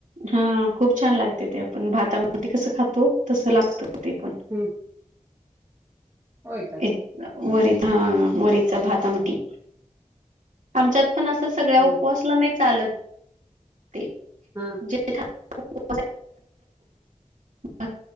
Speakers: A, on the right; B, on the right.
A: हा खूप छान लागते ते पण भाताआमटी कसं खातो तसं लागत ते पण...
B: हम्म... होय का....
A: एक वरीत हा वरीचा भात आमटी आमच्यात.... पण असं सगळ्या उपवासला
B: वरी
A: नाही चालत ते...
B: हा....
A: जे ठ.... <unintelligible> बा